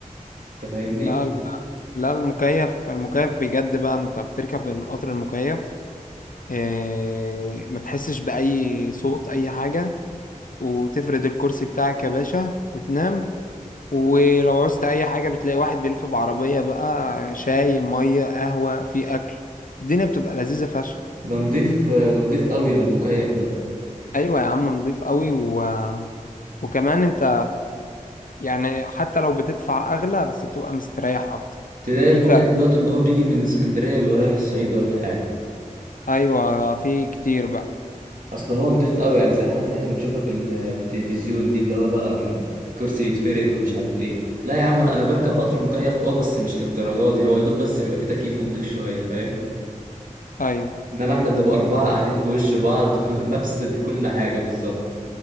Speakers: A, on the right (about 80°); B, on the left (about 80°).
A: انت فاهمني
B: <laughs> لا لا لا المكيف المكيف بجد بقى انت بتركب القطر المكيف آه، ما تحسش بأي صوت أي حاجة وتفرد الكرسي بتاعك يا باشا وتنام ولو عوزت أي حاجة بتلاقي واحد بيلف بعربية بقى شاي مية قهوة في أكل الدنيا بتبقى لذيذة فشخ
A: ده نضيف ده نضيف قوي المكيف ده
B: أيوة يا عم نضيف قوي و... وكمان أنت يعني حتى لو بتدفع أغلى بس بتبقى مستريح أكتر
A: تلاقي
B: في
A: المكيف
B: فرق
A: دوت اللي هو بيجي من اسكندريه بيبقى رايح الصعيد ولا حاجه
B: أيوة في كتير بقى
A: اصل هو نضيف قوي يعني زي الحاجات اللي احنا بنشوفها في ال- في التلفزيون دي اللي هو بقى م- كرسي يتفرد ومش عارف ايه لا يا عم انا انا بركب قطر مكيف اه بس مش للدرجه دي هو يا دوب بس بيبقى فيه تكييف ونضيف شويه فاهم
B: أيوة
A: انما احنا بنبقى اربعة قاعدين في وش بعض <laughs> نفس كل حاجة بالظبط